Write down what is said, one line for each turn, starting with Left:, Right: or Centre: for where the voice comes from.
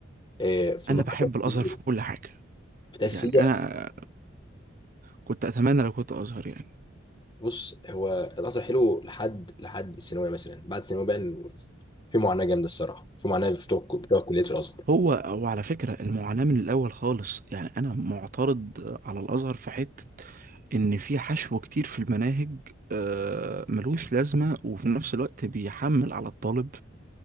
Left: آه، في المرحلة
Right: انا بحب
Left: التأسيسية
Right: الازهر في
Left: في
Right: كل حاجه
Left: التأسيسية
Right: يعني انا كنت اتمنى لو كنت ازهر يعني
Left: بص هو القطر حلو لحد لحد الثانويه مثلا بعد الثانويه بقى في معاناه جامده الصراحه في معاناه بتوع بتوع كليه الازهر
Right: هو هو على فكرة المعاناة من الأول خالص يعني أنا معترض على الأزهر في حتة إن في حشو كتير في المناهج آه، ملوش لازمة وفي نفس الوقت بيحمل على الطالب